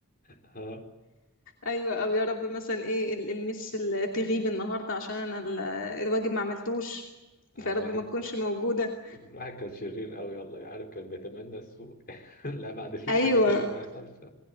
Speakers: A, on the left (about 40°); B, on the left (about 60°).
A: آه
B: ايوه او يا رب مثلا ايه ال- المس ال- تغيب النهارده عشان انا ال- الواجب ما عملتوش
A: آه،
B: فيا
A: الواحد
B: رب ما تكونش موجوده
A: الواحد كان شرير قوي والله عارف كان بيتمنى السوء <laughs> لا بعد الحاجات
B: ايوه
A: عشان ما يحصل ف...